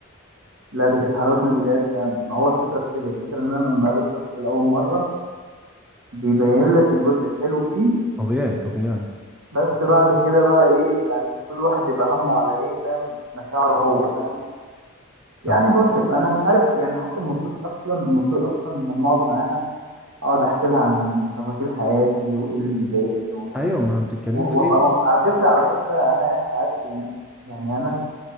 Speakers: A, on the right; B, in the centre.
A: لا دي كانت حلاوه البدايات فعلا ما هو الفكره في كده الفكره ان انا لما اقابل شخص لاول مره بيبين لك الجزء الحلو فيه
B: طبيعي طبيعي
A: بس بعد كده بقى ايه يعني كل واحد بيبقى همه على ايه فاهم مشاعره هو فاهم
B: طب
A: يعني برضو انا مش عارف يعني حتى المفروض اصلا المفروض اصلا لما اقعد معاها اقعد احكي لها عن تفاصيل حياتي وايه اللي بيضايقني وايه اللي
B: ايوه ما بتتكلموا
A: و-
B: في
A: وابقى
B: ايه بقى
A: مبسوط على فكره على فكره انا يعني ساعات يعني يعني انا